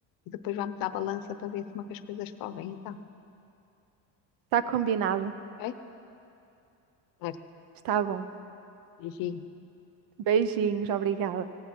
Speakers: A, on the left; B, on the right.
A: e depois vamos à balança para ver como é que as coisas correm, então,
B: Está combinado?
A: ok? Certo.
B: Está bom.
A: Beijinho.
B: Beijinhos, obrigada.